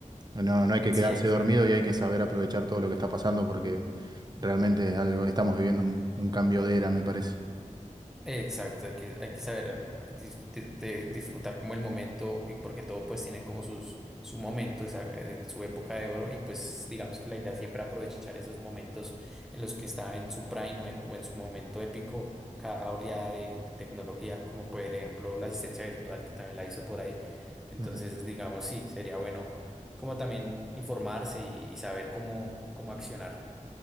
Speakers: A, on the right (about 30°); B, in the centre.
A: No, no hay que
B: Sí,
A: quedarse
B: exacto.
A: dormido y hay que saber aprovechar todo lo que está pasando porque realmente es algo, estamos viviendo un, un cambio de era, me parece.
B: Exacto, hay que, hay que saber eh, dis- de, de disfrutar como el momento y porque todo pues tiene como sus, su momento, esa, eh, su época de oro y pues digamos que la idea es siempre aprovechar esos momentos en los que está en su prime o en, o en su momento épico cada oleada de, de tecnología, como por ejemplo la asistencia virtual que también la hizo por ahí. Entonces
A: Ujú,
B: digamos sí, sería bueno como también informarse y, y saber cómo, cómo accionar.